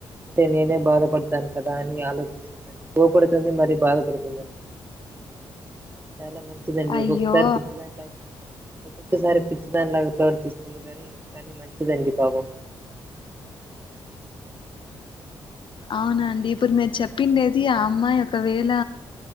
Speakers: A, on the right; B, on the left.
A: అంటే నేనే బాధపడతాను కదా అని ఆలోచిస్తుందిండి కోపడుతుంది మరి బాధపడుతుందండి చాలా మంచిదండి
B: అయ్యో
A: ఒక్కొక్కసారి ఒక్కొక్కసారి పిచ్చిదానిలాగా ప్రవర్తిస్తుంది కానీ కానీ మంచిదండి పాపం
B: అవునండి ఇప్పుడు మీరు చెప్పిండేది ఆ అమ్మాయి ఒకవేళ